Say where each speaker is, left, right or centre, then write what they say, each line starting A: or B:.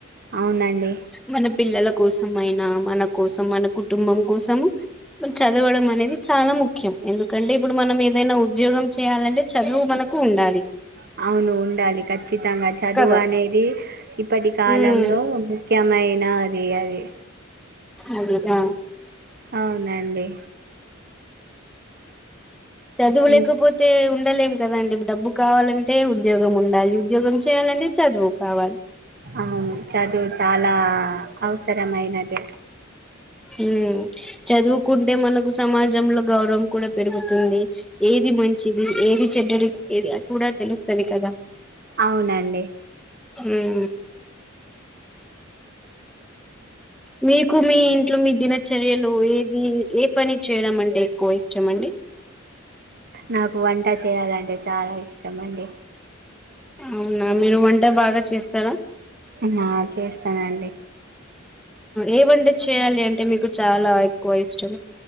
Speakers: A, on the right; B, in the centre.
A: అవునండి
B: మన పిల్లల కోసం అయినా మన కోసం మన కుటుంబం కోసము చదవడం అనేది చాలా ముఖ్ ఖ్యం ఎందుకంటే ఇప్పుడు మనం ఏదైనా ఉద్యోగం చేయాలంటే చదువు మనకు ఉండాలి
A: అ అవును ఉండాలి ఖచ్చితంగా చదువు
B: కదా
A: అనేది ఇప్పటి కాలంలో
B: ఉమ్
A: ముఖ్యమైన అదే అదే
B: అధే నా
A: అవునండి
B: చదువులేకపోతే
A: ఇం
B: ఉండలేం కదాండి డబ్బు కావాలంటే ఉద్యోగం ఉండాలి ఉద్యోగం చేయాలంటే చదువు కావాలి
A: అవును చదువు చాలా అవసరమైనది
B: హ చదువుకుంటే మనకు సమాజంలో గౌరవం కూడా పెరుగుతుంది ఏ ఏది మంచిది ఏది చెడ్డరిది కూడా తెలుస్తుంది కదా
A: అవునండి
B: ఉమ్ మీకు మీ ఇంట్లో మీ దినచర్యలు ఏది ఏ పని చేయడం అంటే ఎక్కువ ఇష్టం అండి
A: నాకు వంట చేయాలంటే చాలా ఇష్టం అండి
B: అవునా మీరు వంట బాగా చేస్తారా
A: నా చేస్తానండి
B: ఏమంటే చేయాలి అంటే మీకు చాలా ఎక్కువ ఇష్టం